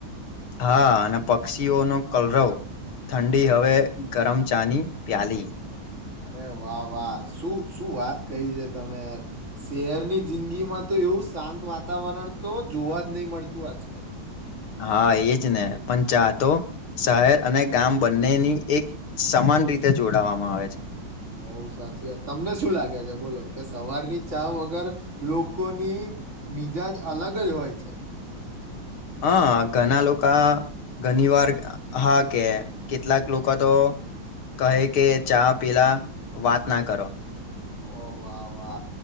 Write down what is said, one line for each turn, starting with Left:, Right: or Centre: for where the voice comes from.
Left: હા, અને પક્ષીઓનો કલરવ, ઠંડી હવે ગરમ ચા ની પ્યાલી.
Right: અરે વાહ વાહ, શું શું વાત કહી છે તમે યાર શહેરની જિંદગીમાં તો એવું શાંત વાતાવરણતો જોવા જ નયી મળતું આજકાલ.
Left: હા, એજને પણ ચા તો શહેર અને ગામ બંનેની એક સમાન રીતે જોડાવામાં આવે છે.
Right: બોઉ સાચી વાત, તમને શું લાગે છે બોલો કે સવારની ચા વગર લોકોની મિજાજ અલગ જ હોય છે.
Left: હા, ઘણાં લોકા ઘણી વાર હા કે કેટલાક લોકાતો કહે કે ચા પીલા વાતનાં કરો.
Right: ઓ વાહ વાહ,